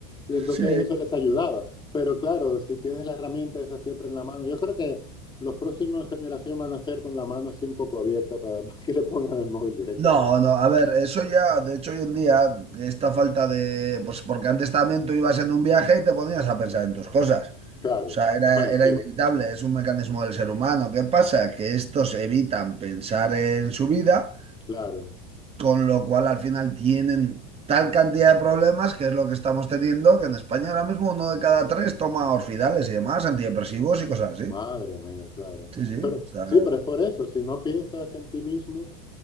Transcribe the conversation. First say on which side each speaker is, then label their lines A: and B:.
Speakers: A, on the left; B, on the right.
A: Y entonces
B: Sí,
A: eso les ayudaba. Pero claro, si tienes la herramienta esa siempre en la mano, yo creo que los próximos generación van a ser con la mano así un poco abierta para, <laughs> para que le pongan el móvil directamente.
B: No, no, a ver, eso ya, de hecho hoy en día, esta falta de, pues porque antes también tú ibas en un viaje y te ponías a pensar en tus cosas.
A: Claro.
B: O sea, era,
A: Bueno,
B: era
A: sí,
B: inevitable, es un mecanismo del ser humano. ¿Qué pasa? Que estos evitan pensar en su vida,
A: claro.
B: con lo cual al final tienen tal cantidad de problemas, que es lo que estamos teniendo, que en España ahora mismo uno de cada tres toma orfidales y demás, antidepresivos y cosas
A: Madre
B: así.
A: mía, claro.
B: Sí, sí,
A: Pero
B: o sea,
A: sí, pero es por eso, si no piensas en ti mismo,